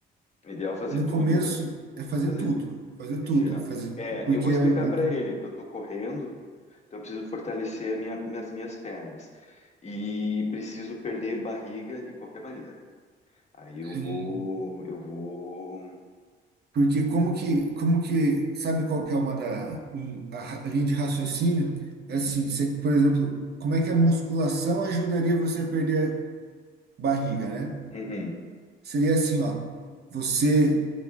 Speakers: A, on the left; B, on the right.
A: é ideal é fazer
B: no
A: tudo,
B: começo
A: né?
B: é fazer
A: Fazer,
B: tudo, fazer
A: é
B: tudo,
A: geral.
B: fazer
A: É,
B: porque
A: eu vou
B: eu-
A: explicar para
B: eu-
A: ele que eu estou correndo, então eu preciso fortalecer a minha, minhas, minhas pernas. E preciso perder barriga de qualquer maneira. Aí eu
B: Sim,
A: vou. Eu vou.
B: porque como que como que sabe qual que é uma da um- a ra- linha de raciocínio? É assim, você, por exemplo, como é que a musculação ajudaria você a perder barriga, né?
A: Uhum,
B: Seria assim, ó. Você,